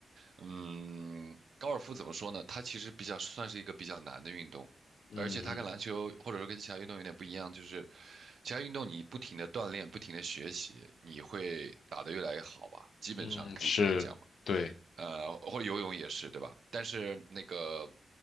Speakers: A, on the right; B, on the left.
A: 嗯，高尔夫怎么说呢？它其实比较算是一个比较难的运动，
B: 嗯
A: 而且它跟篮球或者说跟其他运动有点不一样，就是其他运动你不停的锻炼、不停的学习，你会打得越来越好吧？基本上可以这样讲吧。
B: 嗯嗯，是，对。
A: 呃，或者游泳也是，对吧？但是那个